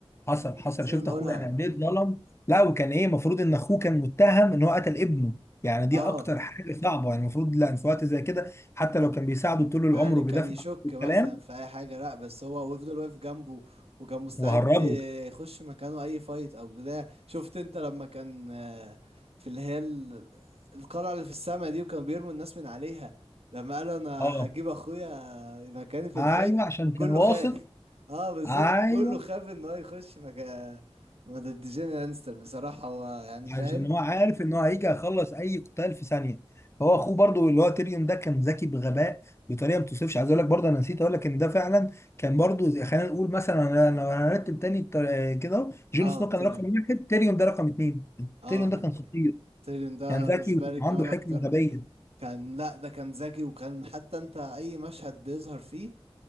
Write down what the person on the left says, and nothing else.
حصل
حصل
شفت
اخوه يعني قد ايه اتظلم لا وكان ايه المفروض ان اخوه كان متهم ان هو قتل ابنه يعني دي
اكتر حاجه صعبه يعني المفروض لا في وقت زي كده حتى لو كان بيساعده طول العمر
وبيدافع
عنه والكلام
وهربه
اه
ايوه
عشان كان
واثق
ايوه
عشان هو عارف ان هو هيجي يخلص اي قتال في ثانيه فهو اخوه برضو اللي هو تيريون ده كان ذكي بغباء بطريقه ما توصفش عايز اقول لك برضه انا نسيت اقول لك ان ده فعلا كان برضو زي- خلينا نقول مثلا انا لو هنرتب تاني التر- آه كده أهو، جون
سنو كان
رقم واحد تيريون ده رقم اثنين
تيريون ده كان خطير
كان ذكي
وكان
عنده حكمه
غبيه